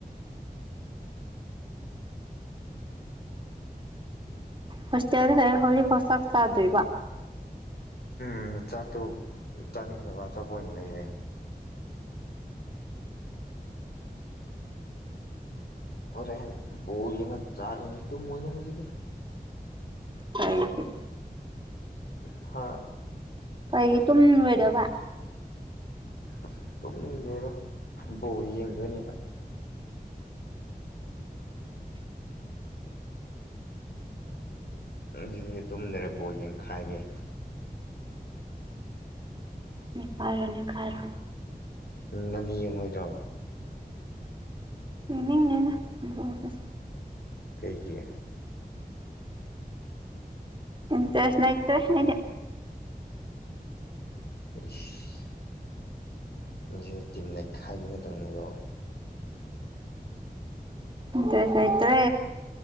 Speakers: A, on the right; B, on the left.
A: ꯍꯣꯁꯇꯦꯜꯗ ꯂꯩꯔ ꯍꯧꯖꯤꯛꯐꯥꯎ ꯆꯥꯛ ꯆꯥꯗ꯭ꯔꯤꯕ
B: ꯎꯝ ꯆꯥꯛꯇꯨ ꯆꯥꯅꯤꯡꯗꯕ ꯑꯆꯥꯄꯣ ꯑꯣꯏꯅ ꯂꯩꯔꯦ ꯍꯣꯔꯦꯟ ꯕꯣꯜ ꯌꯦꯡꯉ ꯆꯥꯗꯨꯏꯅꯤ ꯇꯨꯝꯃꯣꯏꯗ ꯉꯁꯤꯗꯤ
A: ꯇꯩꯒꯤ
B: ꯊꯥ
A: ꯀꯩꯒꯤ ꯇꯨꯝꯂꯣꯏꯗꯕ
B: ꯑꯁ ꯇꯨꯝꯅꯤꯡꯗꯦꯗ ꯕꯣꯜ ꯌꯦꯡꯗꯣꯏꯅꯦꯅ ꯉꯁꯤꯗꯤ ꯇꯨꯝꯗ꯭ꯔꯦ ꯕꯣꯜ ꯌꯦꯡꯈꯥꯏꯒꯦ
A: ꯅꯤꯛꯈꯥꯏꯔꯣ ꯅꯤꯛꯈꯥꯏꯔꯣ
B: ꯅꯪꯅꯤ ꯌꯦꯡꯉꯣꯏꯗ꯭ꯔꯣ
A: ꯌꯦꯅꯤꯡꯗꯦꯅ ꯕꯣꯜꯀꯁꯦ
B: ꯀꯩꯒꯤ
A: ꯏꯟꯇ꯭ꯔꯦꯁ ꯂꯩꯇꯦ ꯑꯩꯗꯤ
B: ꯏꯁ ꯉꯁꯤꯗꯤ ꯇꯤꯝ ꯅꯩꯈꯥꯏꯕꯤ ꯉꯥꯛꯇꯡꯅꯤꯀꯣ
A: ꯏꯟꯇ꯭ꯔꯦꯁ ꯂꯩꯇ꯭ꯔꯦ